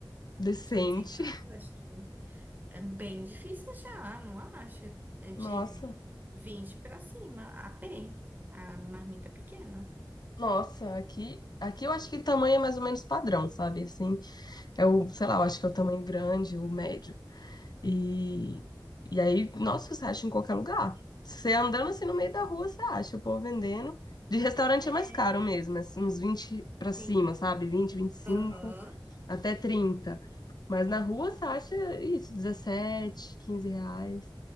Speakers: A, on the left; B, on the right.
A: <laughs> decente.
B: 15 reais, acho que é bem difícil achar, não acha? É de
A: Nossa,
B: 20 para cima, a pé, a marmita pequena.
A: nossa, aqui, aqui eu acho que tamanho é mais ou menos padrão, sabe? Assim, é o, sei lá, eu acho que é o tamanho grande, o médio, E, e aí, nossa, você acha em qualquer lugar. Você andando assim no meio da rua, você acha o povo vendendo. De restaurante
B: É,
A: é mais caro mesmo, é assim, uns vinte pra cima,
B: sim.
A: sabe? vinte vinte e cinco
B: Aham.
A: até trinta Mas na rua você acha isso, dezessete 15 reais.